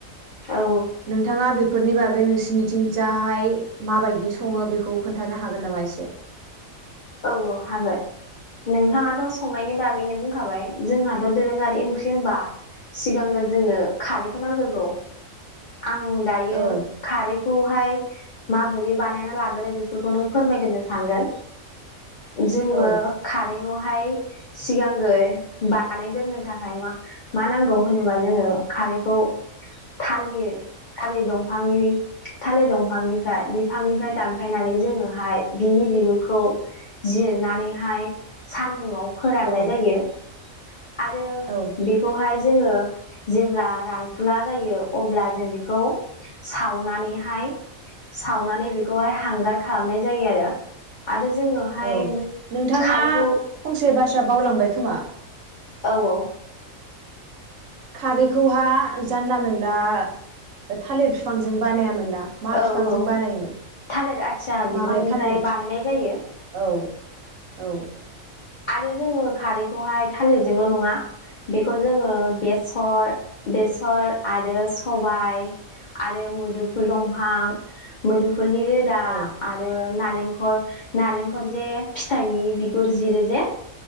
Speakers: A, on the left (about 65°); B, on the right (about 75°).
A: औ
B: नोंथाङा बे बेफोरनि बागै नोंसोरनिथिंजाय माबायदि संङो बेखौ खोन्थानो हागोन नामा एसे
A: औ औ हागोन नोंथाङाथ‌संनायनि बागैनो बुंखाबाय जोंहाथ' दोरोंङारि ओंख्रि होनबा सिगांग्रो जोंनो खारैखौ नांग्रोगौ आं दायो
B: औ
A: खारै खौहाय माबोरै बानायना लाग्रो बेफोरखौनो फोरमायग्रो सानगोन जोंङो
B: औ
A: खारै बेखौहाय सिगांग्रो बानायग्रो थाखाय मा मा नांगौ होनोबा जोंङो खारैखौ थालिर थालिर दंफांनि थालिर दंफांनिफ्राय बिफांनिफ्राय दानफायनानै जोंङो हाय बिनि बिगुरखौ जिरनानैहाय सान्दुंङाव फोराननाय
B: औ
A: जायो आरो
B: औ
A: बेखौहाय जोंङो जेब्ला रानफुला जायो अब्ला जों बेखौ सावनानैहाय सावनानै बेखौहाय हांगार खालामनाय जायो आरो आरो जोङोहाय
B: औ नोंथांङा
A: खारैखौ
B: फंसे बाथ बाथ्रा बावलांबाय खोमा
A: औ औ
B: खारैखौहा जानला-मोनला थालिर बिफांजों बानायामोन ना। मा
A: औ
B: बिफांजों
A: औ
B: बानायोमोन
A: थालिर आथिया बिफांनिफ्राय
B: माबे थालिर फिजां?
A: बानायनाय जायो
B: औ- औ
A: आरो जोङो खारैखौहाय थालिरजोंल' नङा बेखौ जोङो बेसर, बेसर आरो सबाय आरो मोदुफुल दंफां। मोदु फुलनि रोदा
B: औ
A: आरो नालेंखर, नालेंखर जे फिथाइनि बिगुर जिरो जे